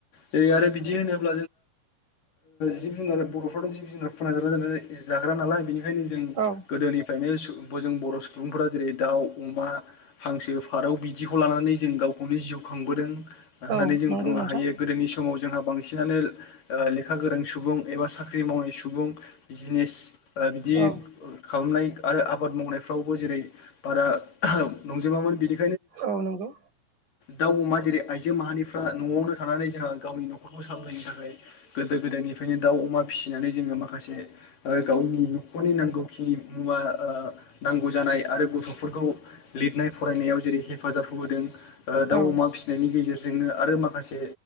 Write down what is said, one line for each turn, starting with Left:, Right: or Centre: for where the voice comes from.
Left: जेरै आरो बिदि होनोब जिब जुनार बर'' जिब जुनार बर'फोरा जाग्रा नालाय बेओंखायनो जों
Right: औ
Left: गोदोनिफ्रायनो जों बर' सुबुंफोरा जेरै दाउ अमा हांसो फारौ बिदिखौ लानानै जों गावखौनो जिउ खांबोदों होननानै
Right: औ
Left: जों
Right: नंगौ
Left: बुंनो
Right: नोंथां
Left: हायो बै समाव जोंहा बांसिनानो ओ लेखा गोरों सुबुं एबा साख्रि मावनाय सुबुं बिजनेस ओ बिदि
Right: औ
Left: खालामनाय आरो आबाद मावनायफ्रावबो जेरै बारा नंजोबामोन बिनि
Right: औ नंगौ
Left: दाउ अमा जेरै आइजो माहारिफ्रा न'आवनो थानानै जोंहा गावनि न'खरखौ सावलायनो थाखाय गोदो गोदायनिफ्रायनो दाउ अमा फिसिनानै जोंङो माखासे गावनि न'खरनि नांगौखिनि मुवाओ नांगौ जानाय आरो गथ'फोरखौ लिरनाय फरायनायाव जेरै हेफाजाब होबोदों ओ दाउ
Right: औ
Left: अमा फिसिनायनि गेजेरजोंनो आरो माखासे